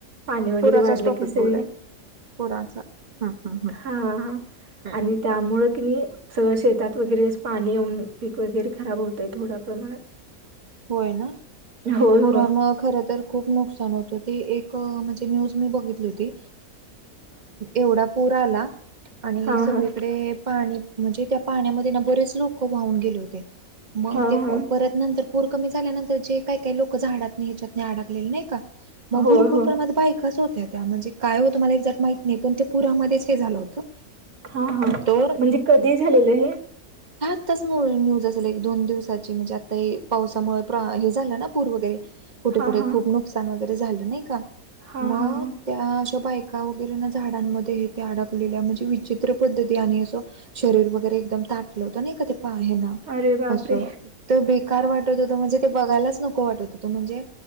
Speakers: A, on the right; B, on the right.
A: पाणी वगैरे
B: पुराचाच
A: वाढले,
B: टॉपिक
A: की सगळे.
B: बोलूयात पुराचा हम्म हम्म
A: हा
B: हम्म.
A: आणि, त्यामुळं कणी सगळं शेतात वगैरे, पाणी येऊन पीक वगैरे खराब होतं थोड्या प्रमाणात.
B: होय ना,
A: होय
B: पुरामुळ
A: होय
B: खर तर खूप नुकसान होत. ते एक म्हणजे, न्यूज मी बघली होती, एवढा पूर आला. आणि
A: हा
B: सगळीकडे
A: हा
B: पाणी म्हणजे, त्या पाण्यामध्ये ना बरेच लोकं वाहून गेले होते. मग
A: हा हा
B: ते परत नंतर पूर कमी झाल्यानंतर जे, काय काय लोकं झाडात नी हेच्यात नी आडकलेले नाही.
A: होय
B: भरपूर
A: होय.
B: प्रमाण बायकाच होत्या, त्या म्हणजे. काय होतं मला एक्झॅक्ट मला माहीत नाही. पण ते पुरामध्येच हे झालं होतं.
A: हा हा,
B: तर
A: म्हणजे कधी झालेलं हे.
B: आत्ताच न्यूज असेल. एक दोन दिवसाची म्हणजे आता हे, पावसामुळे हे झालं ना पूर वगैरे, कुठे
A: हा
B: कुठे
A: हा
B: खूप नुकसान वगैरे झालं नाही का.
A: हा
B: मग.
A: हा हा
B: त्या अशा बायका वगैरे ना, झाडांमध्ये हे ते अडकलेल्या म्हणजे विचित्र पद्धती आणि असं. शरीर वगैरे एकदम ताटलं होत नी. का ते पा हेन असं
A: अरे बापरे
B: एक तर, कार वाटत होतं म्हणजे ते, बघायलाच नको वाटत होतं म्हणजे,